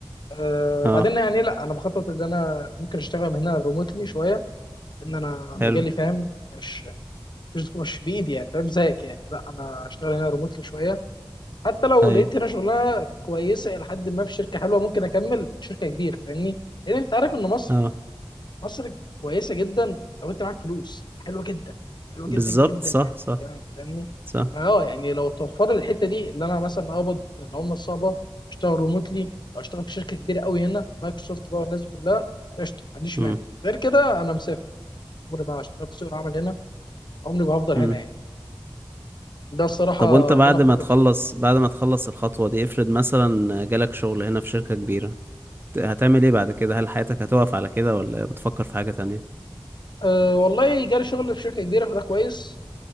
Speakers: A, on the left (about 55°); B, on the right (about 25°).
A: أه
B: اه
A: بعدين يعني لا انا مخطط ان انا ممكن اشتغل من هنا ريموتلي شويه ان انا مجالي
B: حلو
A: فاهم مش مش مش بايدي يعني فاهم زيك يعني لا انا اشتغل هنا ريموتلي شويه حتى لو
B: ايوه
A: لقيت هنا شغلانه كويسه الى حد ما في شركه حلوه ممكن اكمل شركه كبيره فاهمني لان انت عارف ان مصر
B: اه
A: مصر كويسه جدا لو انت معاك فلوس حلوه جدا حلوه
B: بالظبط
A: جدا جدا
B: صح
A: يعني
B: صح
A: كمان فاهمني
B: صح
A: اه يعني لو توفر لي الحته دي اللي انا مثلا اقبض العمله الصعبه اشتغل ريموتلي او اشتغل في شركه كبيره قوي هنا مايكروسوفت بقى والناس دي كلها قشطه ما عنديش
B: امم
A: مانع غير كده انا مسافر عمري ما اشتغل في سوق العمل هنا عمري ما هفضل
B: امم
A: هنا يعني ده الصراحه
B: طب وانت بعد
A: اللي انا مخطط
B: ما تخلص
A: له
B: بعد ما تخلص الخطوة دي افرض مثلا جالك شغل هنا في شركة كبيرة ت- هتعمل ايه بعد كده هل حياتك هتقف على كده ولا بتفكر في حاجة تانية
A: أه والله جالي شغل في شركه كبيره فده كويس